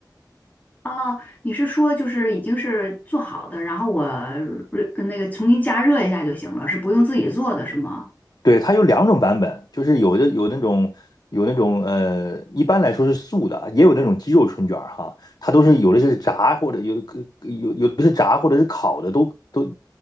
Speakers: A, on the left; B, on the left.
A: 哦，你是说就是已经是做好的，然后我呃那个重新加热一下就行了，是不用自己做的是吗？
B: 对，它有两种版本，就是有的有那种有那种呃，一般来说是素的，也有那种鸡肉春卷儿哈，它都是有的是炸或者有的个有有的是炸或者是烤的，都都